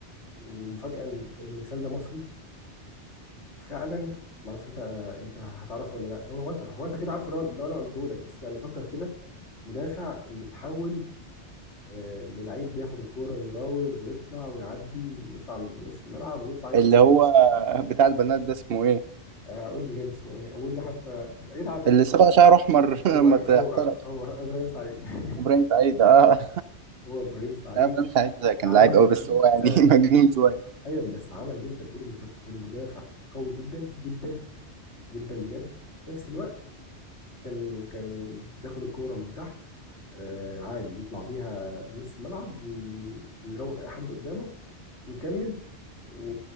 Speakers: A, on the left (about 85°); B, on the right (about 65°).
A: ومفاجاه ان إن المثال ده مصري وفعلا ما اعرفش انت انت هتعرفه ولا لا هو انت هو انت كده عارفه لو لو انا قلته لك بس يعني فكر كده مدافع اللي اتحول آه، للعيب بياخد الكوره ويراوغ ويطلع ويعدي ويطلع لنص الملعب ويطلع يعمل
B: اللي
A: هجمه
B: هو بتاع البنات ده اسمه ايه
A: آه، قول لي كده اسمه ايه اقول لي حتى انت اكيد عارفه
B: اللي صبغ شعره احمر
A: ايوه
B: <laughs> لما
A: هو
B: احترف
A: هو ابراهيم سعيد <laughs>
B: ابراهيم سعيد اه
A: هو ابراهيم سعيد
B: لا، ابراهيم سعيد ده كان
A: عمل
B: لعيب قوي
A: اللي
B: بس هو يعني
A: انت
B: <laughs> مجنون شويه
A: ايوه بس عمل اللي انت بتقوله بالظبط كان مدافع قوي جدا جدا جدا بجد وفي نفس الوقت كان كان بياخد الكوره من تحت آه عادي يطلع بيها بنص الملعب وي- ويراوغ اي حد قدامه ويكمل و...